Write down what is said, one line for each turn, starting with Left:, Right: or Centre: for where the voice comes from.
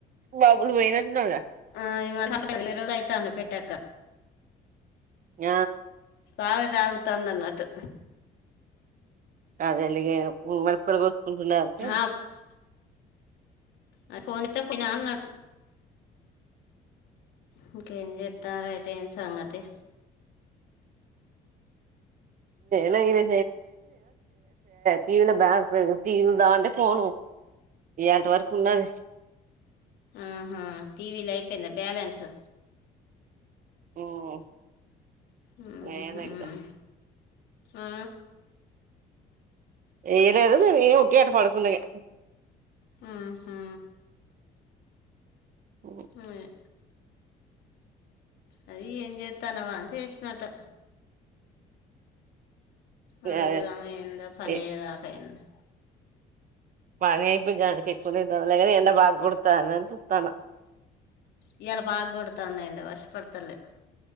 Right: బాబులు పోయినట్టున్నారు గా
Left: ఆ ఇరవై రోజులయితాంది పెట్టాక
Right: ఆ
Left: బాగా తాగుతాంది అన్నట్టు
Right: అదేలే ఇగ హ్మ్ మిరపకాయలు కోసుకుంటున్నారంటే
Left: ఆ, ఆ ఫోనెత్తకపోయినా అన్నాడు ఇంకేం చెత్తన్నారు ఐ ఏం సంగతి
Right: నంది టీవీలో బ్యాలెన్స్ లేదు టీవీ చూద్దాం అంటే ఫోను ఎంత వరకు ఉన్నది
Left: ఆహా టీవీలో అయిపోయిందా బ్యాలెన్సు
Right: ఉమ్
Left: ఉ
Right: ఏదో
Left: హుమ్
Right: ఇగ
Left: ఆ
Right: ఏ ఇదు న ఉగ్గే అట్లా పడుకున్నది
Left: ఉహు.
Right: ఉ
Left: ఉయ్. అది ఏం చేస్తానవా చేసినట్ అడుగుదామ
Right: అదే
Left: అయిందా పన్నేడుదాకా
Right: ఏ
Left: అయింది
Right: పని అయిపోయిగా అక ఎక్కువ ఎండ బాగ కుడతానుని చుతాను
Left: ఇయ్యాల బాగా కొడుతుందంది ఎండ వర్షపడతలే